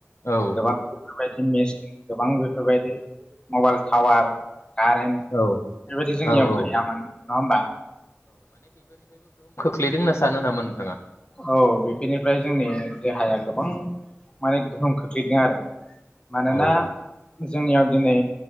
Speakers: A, on the left (about 75°); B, on the left (about 20°).
A: औ
B: गोबां बेफोरबायदि मेसिन गोबां बेफोरबायदि मबाइल टावार कारेन्ट बेफोरबायदि
A: औ
B: जोंनियाव
A: औ औ
B: गैयामोन नङा होमबा
A: गोलैदों होनना सानो नामा नोंथाङा?
B: औ बेफोरनिफ्राय जोंनि देहाया गोबां माने गोहोम खोख्लैदों आरो मानोना
A: औ
B: जोंनियाव दिनै